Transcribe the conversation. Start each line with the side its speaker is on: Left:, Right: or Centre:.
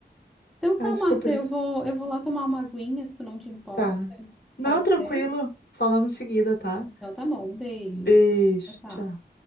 Centre: Então
Left: Acho
Centre: tá, Marta,
Left: que eu prefiro.
Centre: eu vou, eu vou lá tomar uma aguinha, se tu não te importa.
Left: Tá. Não,
Centre: Pode
Left: tranquilo.
Centre: ser?
Left: Falamos em seguida, tá?
Centre: Então tá bom, um beijo.
Left: Beijo.
Centre: Tchau, tchau.
Left: Tchau.